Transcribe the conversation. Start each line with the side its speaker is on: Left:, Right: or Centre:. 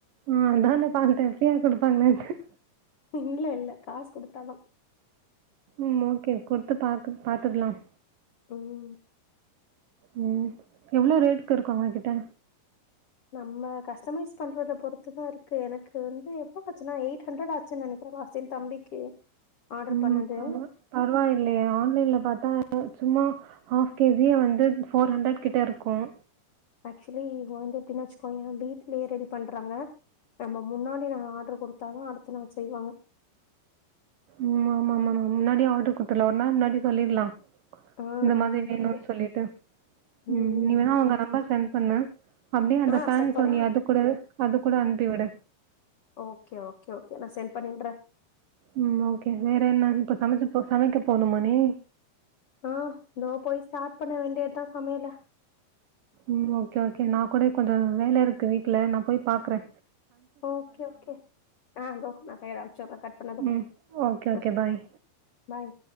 Right: ஆ அதான பார்த்தே ஃப்ரீயா குடுப்பாங்களான்ட்டு
Left: இல்ல இல்ல காசு குடுத்தாதா
Right: ம் ஓகே குடுத்து பாக் பாத்துக்கலாம்
Left: உம்
Right: உம் எவ்ளோ ரேட்கு இருக்கு அவுங்க கிட்ட
Left: நம்ம கஸ்டமைஸ் பண்றத பொறுத்துதா இருக்கு எனக்கு வந்து எ <unintelligible> ஆச்சுன்னா எயிட் ஹண்டரட் ஆச்சுன்னு நினைக்கிறே லாஸ்ட் டைம் தம்பிக்கு ஆர்டர்
Right: உம்
Left: பண்ணது
Right: பர பரவாயில்லையே ஆன்லைன்ல பாத்தா சும்மா ஹாஃப் கேஜியே வந்து ஃபோர் ஹண்ட்ரட் கிட்ட இருக்கும்
Left: ஆக்சுவலி இவுங்க வந்து எப்படின்ன வச்சுக்கோயே வீடலயே ரெடி பண்றாங்க நம்ம முன்னாடி நாள் ஆர்டர் கொடுத்தாதா அடுத்த நாள் செய்வாங்க
Right: உம் ஆமா ஆமா ஆமா முன்னாடி ஆர்டர் குடுத்தர்லா ஒரு நாள் முன்னாடி சொல்லிர்லா
Left: ஆ
Right: இந்த மாதிரி வேணுனு
Left: ஓகே
Right: சொல்லிட்டு
Left: ம்
Right: உம் நீ
Left: ம்
Right: வேணா அவங்க
Left: குடுத்துர்லா
Right: நம்பர் சென்ட் பண்ணு அப்படி அந்த
Left: ஆ
Right: ஃபேன்
Left: சென்ட் பண்ணி
Right: தோனி
Left: விட்றே
Right: அது கூட அது கூட அனுப்பி விடு
Left: ஓகே ஓகே ஓகே நா சென்ட் பண்ணி விட்றே
Right: உம் ஓகே வேற என்ன இப்ப சமைச்சு சமைக்க போணுமா நீ
Left: ஆஹ் நா போய் ஸ்டார்ட் பண்ண வேண்டியதா சமையல
Right: உம் ஓகே ஓகே நா கூட கொஞ்சோ வேல இருக்கு வீட் ல நா போய் பாக்குறே
Left: ஓகே ஓகே ஆ தோ நான் போய் அம்சு வுட்றே கட் பண்ணது
Right: ம். ஓகே,
Left: ஓ
Right: ஓகே. பாய்.
Left: பாய்